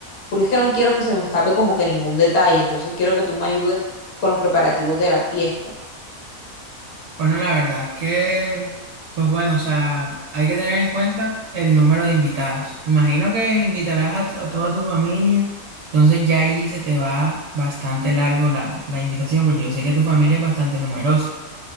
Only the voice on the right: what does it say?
Bueno, la verdad es que, pues bueno, o sea, hay que tener en cuenta el número de invitados. Me Imagino que invitarás a, t- a toda tu familia, entonces ya ahí se te va bastante largo la, la invitación, porque yo sé que tu familia es bastante numerosa.